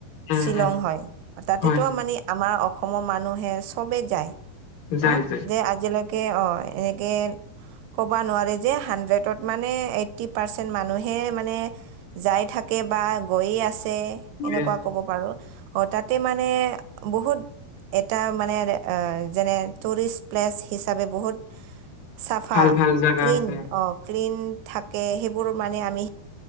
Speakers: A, on the left; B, on the right.
A: উম
B: শ্বিলং
A: উম
B: হয় তাতেতো
A: হয়
B: মানে আমাৰ অসমৰ মানুহে চবে যায়
A: যায়
B: অ
A: যায়
B: যে আজিলৈক কে অ এনেকে ক'ব নোৱাৰে যে হাণ্ড্ৰেডত মানে এইট্ৰি পাৰ্চেণ্ট মানুহে মানে যাই থাকে বা গৈয়ে আছে
A: গৈ
B: এনেকুৱা
A: আছে
B: কব পাৰো। হঠাতে মানে বহুত। এটা মানে যেনে টুৰিষ্ট প্লেচ হিচাপে বহুত। চাফা
A: ভাল ভাল জাগা
B: ক্লিন
A: আছে
B: অ ক্লিন থাকে সেইবোৰ মানে আমি।